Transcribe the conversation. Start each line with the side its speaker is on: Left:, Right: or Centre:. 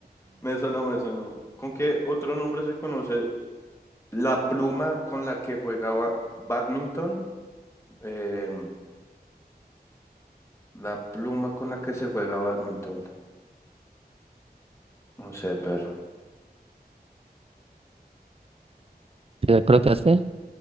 Left: Me sonó, me sonó. ¿Con qué otro nombre se conoce la pluma con la que jugaba badminton? Em, la pluma con la que se juega badminton. No sé, pero.
Right: ¿Te la colocaste?